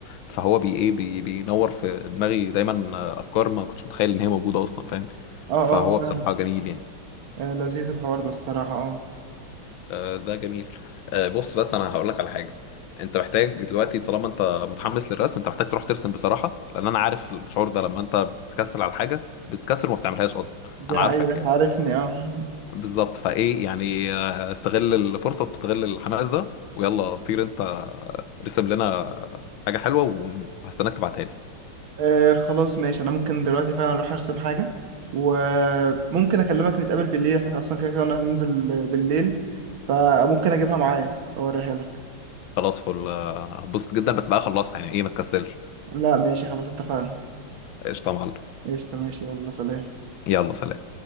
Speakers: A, on the left (about 70°); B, on the right (about 75°).
A: فهو بي إيه بي بينور في دماغي دايما آه، أفكار ما كنتش متخيل إن هي موجودة أصلا فاهم
B: اه
A: فهو
B: اه فاهم
A: بصراحة جميل يعني
B: آه لذيذ الحوار ده الصراحة اه
A: آه، ده جميل آه، بص بس انا هقول لك على حاجه انت محتاج دلوقتي طالما انت متحمس للرسم انت محتاج تروح ترسم بصراحه لان انا عارف الشعور ده لما انت بتكسل على حاجه بتكسل وما بتعملهاش اصلا
B: دي
A: انا
B: حقيقة
A: عارفك
B: أنت
A: يعني
B: عارفني اه
A: بالظبط فايه يعني آه، استغل الفرصه واستغل الحماس ده ويلا طير انت آه، ارسم لنا حاجه حلوه وهستناك تبعتها لي
B: آه، خلاص ماشي أنا ممكن دلوقتي فعلا أروح أرسم حاجة وممكن أكلمك نتقابل بالليل احنا أصلا كده كده قلنا هننزل بالليل فممكن أجيبها معايا أوريها لك
A: خلاص فل آه، هتبسط جدا بس بقى خلصها يعني ايه ما تكسلش
B: لا ماشي خلاص اتفقنا
A: قشطه يا معلم
B: قشطة ماشي يلا سلام
A: يلا سلام